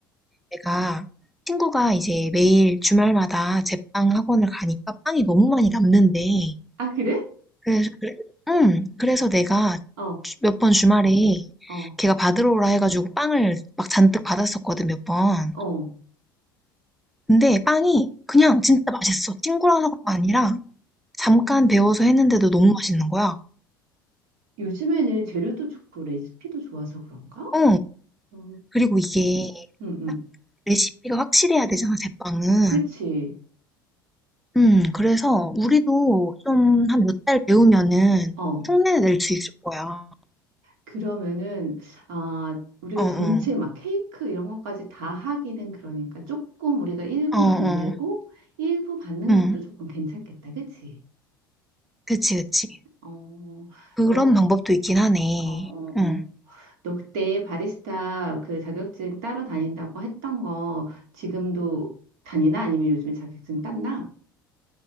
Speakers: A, in the centre; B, on the right.
A: 내가 친구가 이제 매일 주말마다 제빵 학원을 가니까 빵이 너무 많이 남는데
B: 아, 그래?
A: 그래서, 그래, 응, 그래서 내가
B: 어,
A: 몇 번 주말에
B: 어,
A: 걔가 받으러 오라 해가지고 빵을 막 잔뜩 받았었거든, 몇 번.
B: 어.
A: 근데 빵이 그냥 진짜 맛있어. 친구라서가 아니라 잠깐
B: 어,
A: 데워서 했는데도 너무 맛있는 거야.
B: 요즘에는 재료도 좋고 레시피도 좋아서 그런가?
A: 어.
B: 어,
A: 그리고 이게
B: 응, 응.
A: 딱 레시피가 확실해야 되잖아, 제빵은.
B: 그치.
A: 음, 그래서 우리도 좀 한 몇 달 배우면은
B: 어.
A: 흉내낼 수 있을 거야.
B: 그러면은, 아, 우리가
A: 어, 어,
B: 전체 막 케이크 이런 것까지 다 하기는 그러니까 조금 우리가 일부
A: 어, 어,
B: 만들고 일부 받는
A: 응,
B: 것도 조금 괜찮겠다. 그치?
A: 그치, 그치.
B: 어,
A: 그런
B: 너,
A: 방법도 있긴 하네.
B: 어, 어,
A: 응.
B: 어. 너 그때 바리스타 그 자격증 따러 다닌다고 했던 거 지금도 다니나? 아니면 요즘에 자격증 땄나?